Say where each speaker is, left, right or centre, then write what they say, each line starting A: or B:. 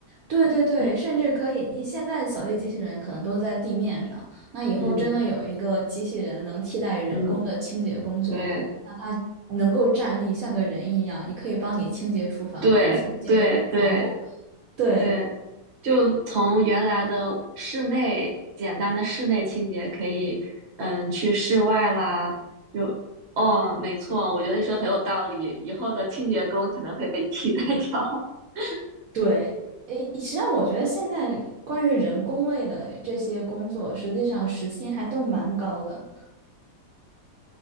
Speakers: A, on the right; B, on the right.
A: 对对对，
B: <laughs> 嗯
A: 甚至可以，你现在扫地机器人可能都在地面上，那以后真的有一个机器人能替代人工的清洁工作，
B: 嗯嗯，对
A: 那它能够站立像个人一样，也可以帮你清洁厨房、
B: 对对对
A: 清洁床铺。对
B: 对，就从原来的室内简单的室内清洁，可以嗯去室外啦。就哦，没错，我觉得你说得很有道理。以后的清洁工可能会被替代掉。<laughs>
A: 对，诶，实际上我觉得现在关于人工类的这些工作，实际上时薪还都蛮高的，